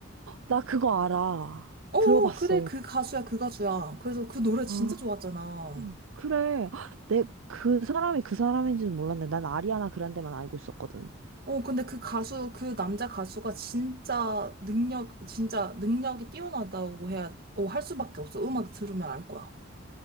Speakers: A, on the right; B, on the right.
A: 나 그거 알아.
B: 어, 어,
A: 들어봤어.
B: 그래, 그 가수야, 그 가수야. 그래서 그 노래 진짜
A: 아,
B: 좋았잖아.
A: 음. 그래. 내, 그 사람이 그 사람인지는 몰랐네. 난 아리아나 그란데만 알고 있었거든.
B: 어, 근데 그 가수, 그 남자 가수가 진짜 능력, 진짜 능력이 뛰어나다고 해야, 어, 할 수밖에 없어. 음악 들으면 알 거야.